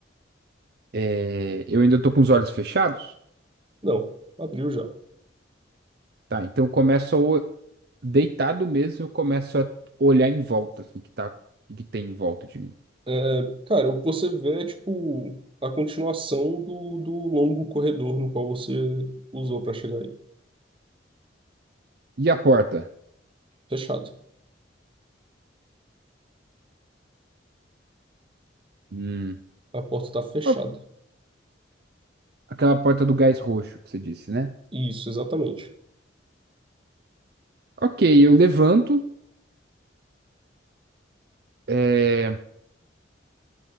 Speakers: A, on the right (about 55°); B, on the right (about 30°).
A: é, eu ainda tô com os olhos fechados,
B: Não, abriu já.
A: tá? Então eu começo a o- deitado mesmo, eu começo a olhar em volta, assim, que tá, o que tem em volta de mim.
B: É, cara, o que você vê é tipo a continuação do, do longo corredor no qual você usou para chegar aí.
A: E a porta?
B: Fechado.
A: Hum,
B: A porta tá fechada.
A: ó, aquela porta do gás roxo que você disse, né?
B: Isso, exatamente.
A: Ok, eu levanto, é,